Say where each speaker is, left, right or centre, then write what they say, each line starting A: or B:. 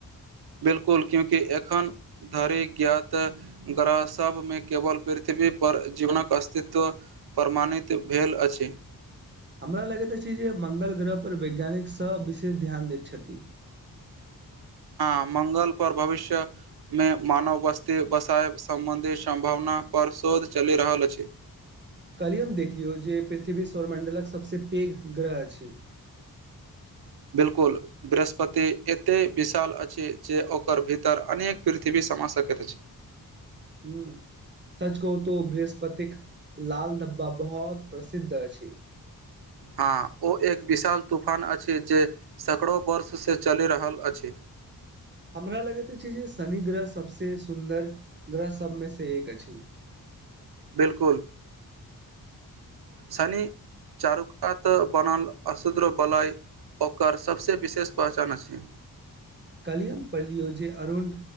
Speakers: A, on the right (about 80°); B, on the right (about 30°).
A: बिल्कुल क्योकि एखन धरिे ज्ञातऽ ग्रह सभमे केवल पृथ्वी पर जीवनक अस्तित्व प्रमाणित भेल अछि
B: हमरा लगैत अछि जे मंगल ग्रहपर वैज्ञानिक सभ विशेष ध्यान दैत छथि
A: हँ मंगल पर भविष्य मे मानव बस्ती बसाय सम्बन्धी सम्भावना परशोध चलि रहल अछि
B: कलहि हम देखियौ जे पृथ्वी सौर मण्डलक सभसँ पैघ ग्रह अछि
A: बिल्कुल बृहस्पति एतेक विशाल अछि जे ओकर भीतर अनेक पृथ्वी समा सकैत अछि
B: हुँ सच कहूँ त बृहस्पतिक लाल डब्बा बहुत प्रसिद्ध अछि
A: हँ ओ एक विशाल तूफान अछि जे सकड़ो वर्षसँ चलि रहल अछि
B: हमरा लगैत छै जे शनि ग्रह सबसे सुन्दर ग्रह सबमे से एक अछि
A: बिलकुल सनी चारू कात बनल अशुद्र बलइ ओकर सबसँ विशेष पहचान अछि
B: कलियम पढ़लियौ जे अरुण